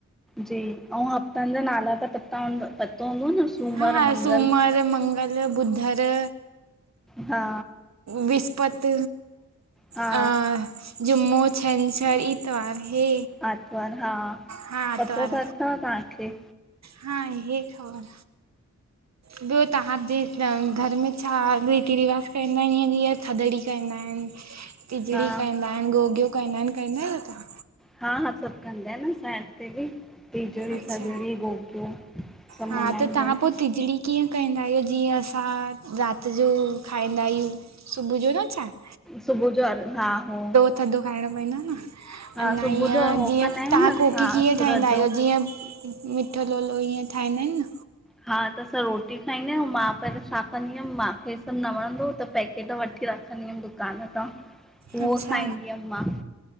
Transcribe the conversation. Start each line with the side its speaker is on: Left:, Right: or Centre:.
Centre: जी अउं, हफ़्तनि जा नाला त पता हूं पतो हूंदव न सूमरु
Right: हा
Centre: मंगल
Right: सूमरु, मंगलु, ॿुधरु
Centre: हा
Right: विस्पत,
Centre: हा
Right: अ जुम्मो, छंछरि इतवारू हे
Centre: आतवारु हा
Right: हा आतवार
Centre: पतो त अथव तांखे
Right: हा आहे ख़बर ॿियों तांहाजे घरु में छा रीती रिवाज़ कंदा आहिनि? जीअं थदड़ी कंदा आहिनि। टिजड़ी
Centre: हा
Right: कंदा हिनि, गोगियो कंदा हिनि, कंदा आहियो न तां?
Centre: हा हा, सभु कंदा हिनि न असांजे हिते बि टिजड़ी,
Right: अच्छा
Centre: थदड़ी, गोगियो सभु
Right: हा
Centre: मल्हाईंदा
Right: त तां
Centre: आहिनि
Right: पो टिजड़ी कीअ कंदा आहियूं, जीअ असां राति जो खाईदा आहियूं। सुबह जो न चायं
Centre: सुबह जो अध् हा हो
Right: थदो खाइणो पईदो
Centre: हा
Right: आ न
Centre: सुबुह
Right: अञा
Centre: जो
Right: इअं
Centre: हो
Right: जीअं
Centre: कंदा आहियूं
Right: तां
Centre: न असां
Right: कोकी कीअं
Centre: असुर
Right: ठाहींदा
Centre: जो
Right: आहियो, जीअं मिठो लोलो ईअं ठाहींदा हिनि न
Centre: हा त असां रोटी खाईंदा आहियूं, मां पहिरियों छा कंदी हुअमि, मांखे त सभु न वणंदो हुओ त पैकेट वठी रखंदी हुअमि दुकान तां,
Right: अच्छा
Centre: उहो खाईदी हुअमि मां